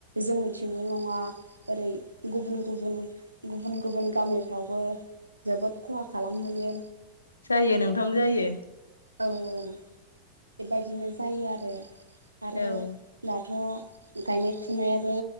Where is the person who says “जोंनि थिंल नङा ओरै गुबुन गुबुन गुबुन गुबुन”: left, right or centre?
Right